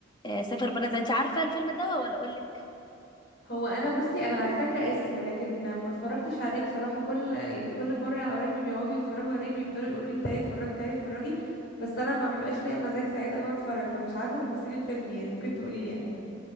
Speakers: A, on the left; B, on the left.
A: آه، سافر بلد تانية. انت عارفة الفيلم ده ولا أقولك
B: هو انا بصي انا عارفاه كاسم لكن ما اتفرجتش عليه بصراحه كل يعني كل مره قرايبي بيقعدوا يتفرجوا عليه بيفضلوا يقولوا لي تعالي اتفرجي تعالي اتفرجي بس انا ما بيبقاش ليا مزاج ساعتها ان انا اتفرج فمش عارفه تفاصيل الفيلم يعني ممكن تقولي لي عادي